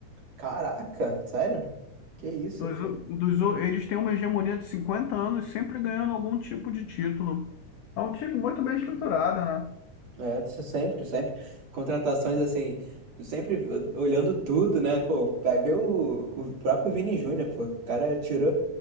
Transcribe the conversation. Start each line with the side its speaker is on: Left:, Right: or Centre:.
Right: Caraca, sério? Que isso,
Left: Dos,
Right: cara?
Left: dos, eles têm uma hegemonia de 50 anos, sempre ganhando algum tipo de título. É um time muito bem estruturado, né?
Right: É, isso sempre, sempre. Contratações assim, sempre olhando tudo, né? Pô, vai ver o, o próprio Vini Júnior, pô. O cara tirou.